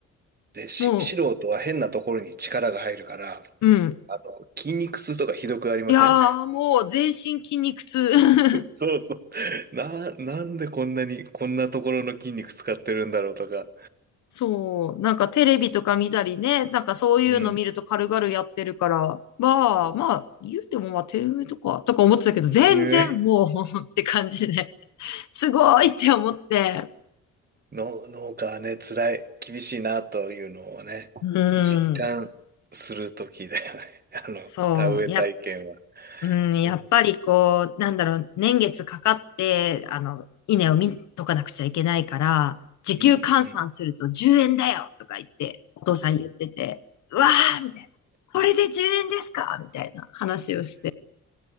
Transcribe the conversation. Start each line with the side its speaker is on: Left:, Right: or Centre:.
Right: で、し、
Left: う、も
Right: 素人は変なところに力が入るから、
Left: う、うん。
Right: あの、筋肉痛とかひどくありません
Left: いやー、もう全身筋肉痛。<laughs>
Right: <laughs> そうそう。な、なんでこんなに、こんなところの筋肉使ってるんだろうとか。
Left: そう、なんかテレビとか見たりね、なんかそういうの見ると軽々やってるから、
Right: うん。
Left: まあまあ、
Right: そ
Left: 言うてもまあ手埋とか、とか思ってたけど、全然もう
Right: う。<laughs> ね
Left: <laughs> って感じで、すごいって思って、
Right: の、農家はね、辛い、厳しいなというのをね、
Left: う
Right: 実感するときだよね。
Left: ん、
Right: <laughs> あの、
Left: そう、
Right: 田植え体験は。
Left: やっ、うん、やっぱりこう、
Right: うん、
Left: なんだろう、年月かかって、あの、稲を見とかなくちゃいけないから、時給換算すると10円だよとか言って、
Right: うん、うん。
Left: お父さん言ってて、うわーみたいな。これで10円ですかみたいな話をして。